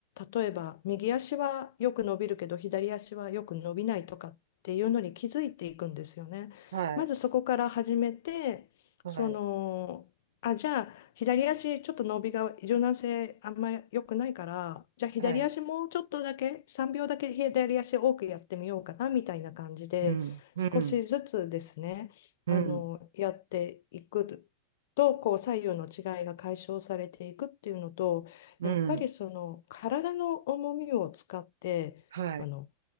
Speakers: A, on the left; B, on the right.
A: 例えば右足はよく伸びるけど左足はよく伸びないとかっていうのに気づいていくんですよね。
B: はい。
A: まずそこから始めてそのあじゃあ左足ちょっと伸びが柔軟性あんまり良くないからじゃあ左足もうちょっとだけ3秒だけ左足多くやってみようかなみたいな感じで少しずつですねあのやっていくとこう左右の違いが解消されていくっていうのとやっぱりその体の重みを使ってあの
B: はい。はい。うん。うん。うん。うん。はい。